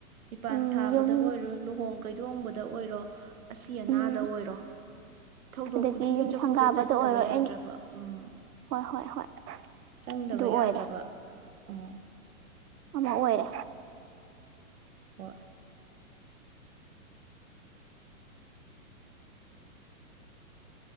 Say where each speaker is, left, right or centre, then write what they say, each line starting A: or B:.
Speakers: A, on the right; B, on the right.
A: ꯏꯄꯥꯟ
B: ꯎꯝ
A: ꯊꯥꯕꯗ
B: ꯌꯨꯝ
A: ꯑꯣꯏꯔꯣ ꯂꯨꯍꯣꯡ ꯀꯩꯗꯣꯡꯕꯗ ꯑꯣꯏꯔꯣ ꯑꯁꯤ ꯑꯅꯥꯗ
B: ꯎꯝ
A: ꯑꯣꯏꯔꯣ ꯊꯧꯗꯣꯛ
B: ꯑꯗꯒꯤ
A: ꯈꯨꯗꯤꯡꯒꯤ
B: ꯌꯨꯝ
A: ꯆꯐꯨꯁꯦ
B: ꯁꯪꯒꯥꯕꯗ
A: ꯆꯪꯗꯕ
B: ꯑꯣꯏꯔꯣ
A: ꯌꯥꯗ꯭ꯔꯕ
B: ꯑꯦꯟ
A: ꯎꯝ
B: ꯍꯣꯏ ꯍꯣꯏ ꯍꯣꯏ
A: ꯆꯪꯗꯕ
B: ꯑꯗꯨ ꯑꯣꯏꯔꯦ
A: ꯌꯥꯗ꯭ꯔꯕ ꯎꯝ
B: ꯑꯃ ꯑꯣꯏꯔꯦ
A: ꯍꯣꯏ